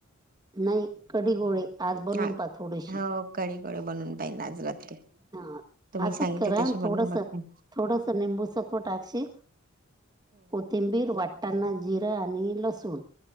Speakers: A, on the right; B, on the right.
A: नाही कढी गोळे आज बनवून
B: हा
A: पा थोडीशी
B: हो कडीगोळे बनून पाहिन आज वर
A: हा
B: तुम्ही
A: असंच
B: सांगितले
A: करा आणि
B: तशी बनून
A: थोडंसं
B: बघन.
A: थोडंसं निंबू सत्व टाकशील कोथिंबीर वाटतांना जिरं आणि लसूण